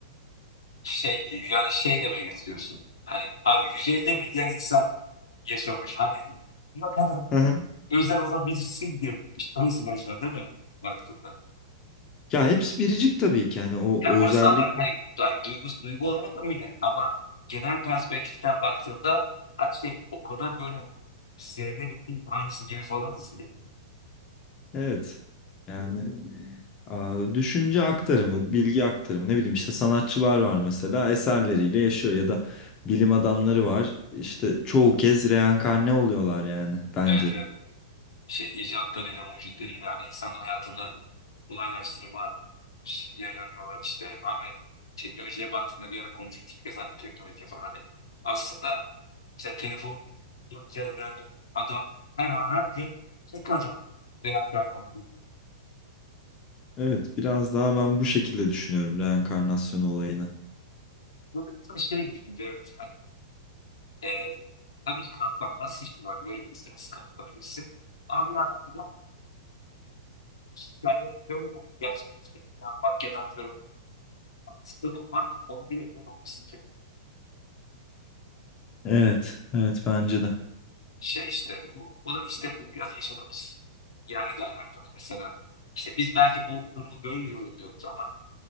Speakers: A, on the left; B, on the left.
A: Şey yani şey demeye getiriyorsun. Hani abi 150 milyar insan yaşamış. Hani ne kadar
B: <laughs>
A: özel olabilirsin diye tanısı başına değil mi? Baktığında.
B: Ya hepsi biricik tabii ki yani o
A: Ya
B: özellik
A: orası ama hayır, hayır duygu, duygu olarak da öyle. Ama genel perspektiften baktığında hani şey o kadar böyle zerre bir kum tanesi gibi falanız ki.
B: evet yani a, düşünce aktarımı bilgi aktarımı ne bileyim işte sanatçılar var mesela eserleriyle yaşıyor ya da bilim adamları var işte çoğu kez reenkarne oluyorlar yani bence.
A: Evet evet. Şey icatlarıyla, mucitleriyle hani insanın hayatını kolaylaştırma ya yarıyorlar işte. Abi teknolojiye baktığında bir ara konuşmuştuk ya sen de teknolojiye falan hani aslında İşte telefon yapacağız yani adam her an her gün tek ajan real kaynağı.
B: Evet biraz daha ben bu şekilde düşünüyorum reenkarnasyon olayını.
A: Bu biraz da şey birikince evet. Hani, e, tabii ki kanıtlanamaz hiçbir var. Böyle bir işte nasıl kanıtlanabilirsin? Abi yani burada hikaye böyle gerçekleşti. Yapmak ya da atıyorum. Haksızlığı bulmak onun bir emin olması ki.
B: Evet evet bence de.
A: Şey işte bu, bu da işte bu biraz yaşadığımız yerle de alakalı. Mesela işte biz belki bu durumu böyle yorumluyoruz ama